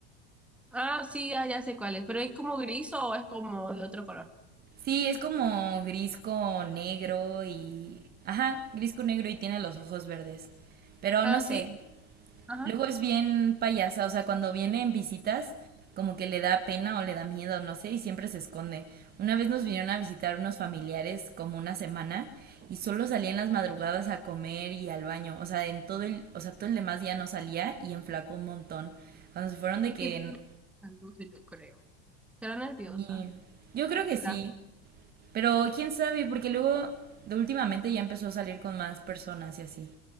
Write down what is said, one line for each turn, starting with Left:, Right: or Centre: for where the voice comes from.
Centre: Ah, sí, ah, ya sé cuál es, pero ¿es como gris o es como de otro color?
Right: Sí, es como gris con negro y... Ajá, gris con negro y tiene los ojos verdes. Pero
Centre: Ah,
Right: no sé,
Centre: sí, ajá,
Right: luego es bien payasa, o sea, cuando viene en visitas, como que le da pena o le da miedo, no sé, y siempre se esconde. Una vez nos vinieron a visitar unos familiares como una semana y solo salía en las madrugadas a comer y al baño, o sea, en todo el, o sea, todo el demás día no salía y enflacó un montón. Cuando se fueron de
Centre: es
Right: que...
Centre: que vi la yo creo. Será nerviosa,
Right: y- Yo creo
Centre: ¿qué
Right: que
Centre: será?
Right: sí, Pero quién sabe, porque luego de últimamente ya empezó a salir con más personas y así.